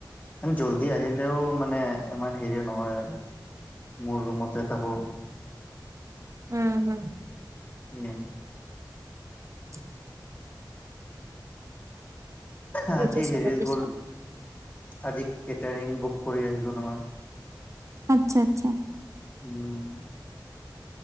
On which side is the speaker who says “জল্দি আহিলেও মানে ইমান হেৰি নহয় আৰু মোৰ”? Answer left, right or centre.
Left